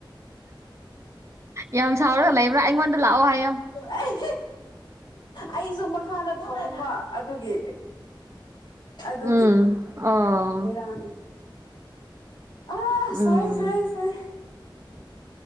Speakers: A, on the right; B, on the left.
A: ꯌꯥꯝ ꯁꯥꯎꯔꯒ ꯂꯩꯕ꯭ꯔꯥ ꯑꯩꯉꯣꯟꯗ ꯂꯥꯛꯑꯣ ꯍꯥꯏꯌꯣ
B: ꯑꯩ ꯑꯩꯁꯨ ꯃꯈꯥꯗ ꯊꯝꯃꯨꯕ ꯑꯗꯨꯒꯤ ꯑꯗꯨꯒꯤ
A: ꯎꯝ ꯑꯣ
B: ꯕꯤꯔꯌꯥꯅꯤ ꯑꯥ ꯁꯥꯏ
A: ꯎꯝ
B: ꯁꯥꯏ ꯁꯥꯏ